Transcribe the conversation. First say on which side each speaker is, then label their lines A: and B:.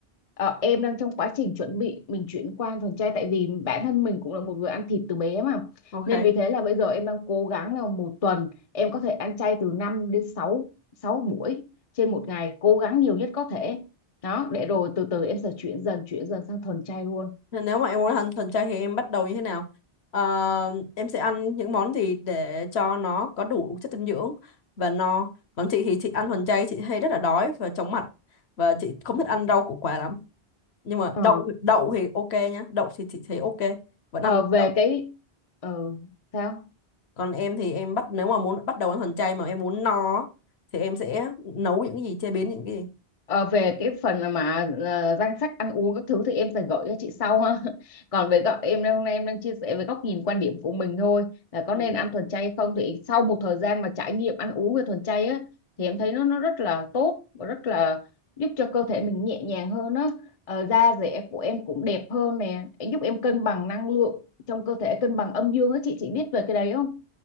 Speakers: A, on the left; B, on the left.
A: Ờ, em đang trong quá trình chuẩn bị mình chuyển qua ăn thuần chay tại vì bản thân mình cũng là một người ăn thịt từ bé mà
B: ok
A: nên vì thế là bây giờ em đang cố gắng là một tuần em có thể ăn chay từ 5 đến 6 sáu sáu buổi trên một ngày cố gắng nhiều nhất có thể đó để rồi từ từ em sẽ chuyển dần chuyển dần sang thuần chay luôn
B: Nên Nếu mà em muốn ăn thuần chay thì em bắt đầu như thế nào? Ờ, em sẽ ăn những món gì để cho nó có đủ chất dinh dưỡng và no. Còn chị thì chị ăn thuần chay chị hay rất là đói và chóng mặt và chị không thích ăn rau củ quả lắm. Nhưng mà
A: ờ,
B: đậu đậu thì ok nhá, đậu thì chị thấy ok, vẫn
A: ờ,
B: ăn
A: về
B: đậu.
A: cái ờ, sao
B: Còn em thì em bắt nếu mà muốn bắt đầu ăn thuần chay mà em muốn no á, thì em sẽ nấu những cái gì chế biến những cái gì.
A: Ờ, về cái phần mà ờ, danh sách ăn uống các thứ thì em sẽ gửi cho chị sau ha. <laughs> Còn về góc em đang- hôm nay em đang chia sẻ về góc nhìn quan điểm của mình thôi là
B: Ừ.
A: có nên ăn thuần chay hay không thì sau một thời gian mà trải nghiệm ăn uống về thuần chay á thì em thấy nó nó rất là tốt và rất là giúp cho cơ thể mình nhẹ nhàng hơn á. Ờ, da dẻ của em cũng đẹp hơn nè, giúp em cân bằng năng lượng trong cơ thể cân bằng âm dương á chị chị biết về cái đấy không?